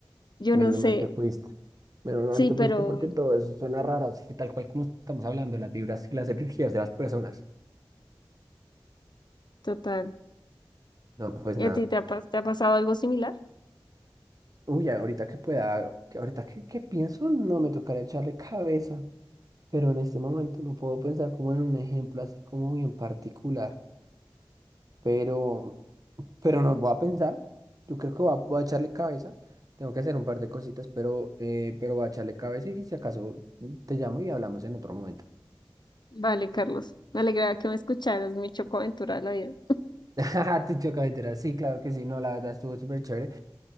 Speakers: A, on the left; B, on the right.
A: Yo
B: menos
A: no sé,
B: mal te fuiste. Menos mal
A: sí,
B: te fuiste
A: pero
B: porque todo eso suena raro, así tal cual como estamos hablando, las vibras y las energías de las personas.
A: total.
B: No, pues
A: ¿Y
B: nada.
A: a ti te ha, pas- te ha pasado algo similar?
B: Uy, ahorita que pueda, que ahorita que, que pienso, no me tocará echarle cabeza, pero en este momento no puedo pensar como en un ejemplo así como bien particular. pero, pero nos va a pensar. Yo creo que va- voy a echarle cabeza. Tengo que hacer un par de cositas, pero, eh, pero voy a echarle cabeza y si acaso mm, te llamo y hablamos en otro momento.
A: Vale, Carlos. Me alegra que me escucharas, mi chocoaventura de la vida.
B: <laughs> Ajá, Te choca entera. Sí, claro que sí. No, la verdad estuvo súper chévere.